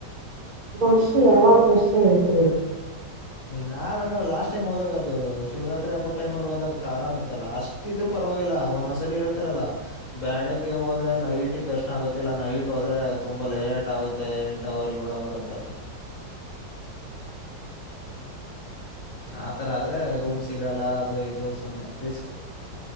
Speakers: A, on the right; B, on the left.
A: ವಷಿ ಯಾವಾಗ ರೇಷೆ ಇರುತ್ತೆ
B: ನಾವ ಹೆಂಗ ಲಾಸ್ಟ್ ಟೈಮ್ ಹೋದಾಗ ಅದು ಶಿವರಾತ್ರಿ ಹಬ್ಬಟ್ ಟೈಮ ಅಲ್ಲಿ ಹೋದಕ ಆರಾಮ ಇತ್ತಲ್ಲಾ ಅಷ್ಟ ಇದ್ರು ಪರವಾಗಿಲ್ಲ ಒಂದೊಂದ್ಸಲ ಹೇಳ್ತಾರಲ್ಲಾ ಬ್ಯಾಳಿಗ್ಗೆ ಹೋದ್ರೆ ನೈಟಗ್ ದರ್ಶನ ಆಗತ್ತ ಇಲ್ಲ ನೈಟ್ ಹೋದ್ರೆ ತುಂಬಾ ಲೇಟ್ ಆಗುತ್ತೆ ಎಂಟ ಅವರ್ ಏಳ್ ಅವರ್ ಅಂತಾರಲ್ಲ ಆತರ ಆದ್ರೆ ರೂಮ್ ಸಿಗಲ್ಲ ಅದು ಇದು ಸುಮ್ನೆ ರಿಸ್ಕ್